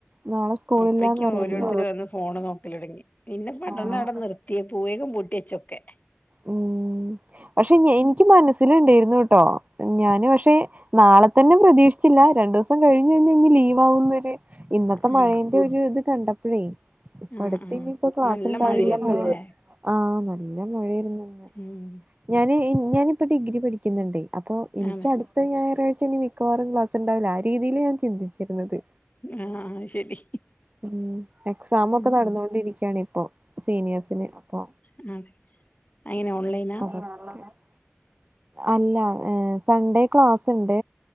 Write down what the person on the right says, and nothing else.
നാളെ സ്കൂളില്ലാന്ന്
അറിയില്ല
ആഹ്
ഉം പക്ഷെ എനിക്ക് മനസ്സിലുണ്ടേരുന്നുട്ടോ ഞാന് പക്ഷെ നാളെ തന്നെ പ്രതീക്ഷിച്ചില്ല രണ്ടു ദിവസം കഴിഞ്ഞ്ഞ്ഞ് ലീവാകുന്നൊര് ഇന്നത്തെ
മഴേന്റെ ഒരു ഇത് കണ്ടപ്പഴേ
അടുത്ത്
ഇനിപ്പ ക്ലാസ്ണ്ടാവില്ലല്ലോ
ആഹ് നല്ല മഴേര്ന്ന്
ഞാനെ ഞാനിപ്പ ഡിഗ്രി പഠിക്കുന്നുണ്ടേ അപ്പൊ എനിക്കടു
അടുത്ത ഞായറാഴ്ച ഇനി മിക്കവാറും ക്ലാസുണ്ടാവില്ല ആ രീതിയില് ഞാൻ ചിന്തിച്ചിരുന്നത്
ഉം എക്സാമൊക്കെ
നടന്നൊണ്ടിരിക്യാണ് ഇപ്പൊ സീനിയേഴസിന് അപ്പൊ
<unintelligible> അല്ല ഏഹ് സൺഡേ ക്ലാസ്സ് ഇണ്ട്